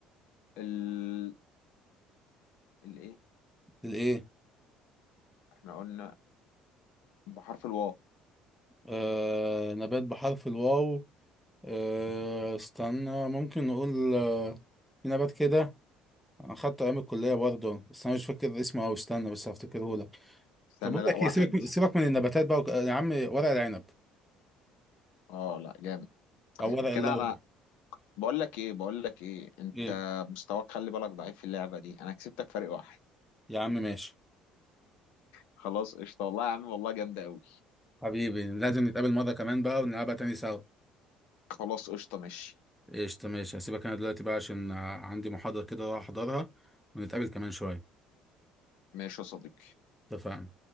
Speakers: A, on the left; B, in the centre.
A: ال الايه
B: الايه
A: احنا قلنا بحرف الواو
B: آه نبات بحرف الواو آه استنى ممكن نقول آه، في نبات كده انا خدته ايام الكليه برضه بس انا مش فاكر اسمه او استنى بس هفتكره لك
A: استنى
B: طب اقول
A: لا
B: لك
A: واحد
B: ايه سيبك من سيبك من النباتات بقى وك... يا عم ورق العنب
A: اه لا جامد
B: او ورق
A: كده
B: اللورا
A: انا بقول لك ايه بقول لك ايه انت
B: ايه
A: مستواك خلي بالك ضعيف في اللعبة دي انا كسبتك فرق واحد
B: يا عم ماشي
A: خلاص قشطة والله يا عم والله جامدة قوي
B: حبيبي لازم نتقابل مره كمان بقى ونلعبها تاني سوا
A: خلاص قشطة ماشي
B: قشطه ماشي هسيبك انا دلوقتي بقى عشان آه، عندي محاضره كده اروح احضرها ونتقابل كمان شويه
A: ماشي يا صديقي
B: اتفقنا